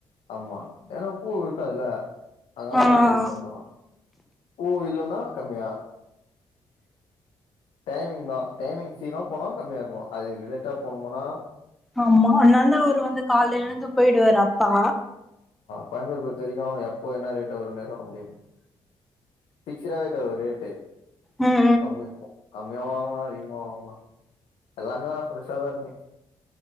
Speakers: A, on the left (about 75°); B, in the centre.
A: ஆமா ஏன்னா பூ இருக்காதுல அதனால
B: ஆ
A: தா ரேட் அதிகமாக
B: ஆ
A: ஏத்துவாங்க பூ இல்லன்னா கம்மியா டைமிங் தா டைமிங் சீக்கிரமா போனா கம்மியாருக்கு அது லேட்டா போனமுனா
B: ஆமா அதனால தா அவரு வந்து காலை எழுந்து போயிடுவாரு அப்பா
A: கோயம்பேடு பொறுத்த வரைக்கு எப்போ என்ன ரேட்டு வரும்னே சொல்ல முடியாது ஃபிக்ஸ்டாவே இருக்காது ஒரு ரேட்டு
B: உம்
A: கம் கம்மியாவு வாங்கலா அதிகமா வாங்கலா எல்லாமே ஃப்ரெஷ்ஷாதா இருக்குமங்க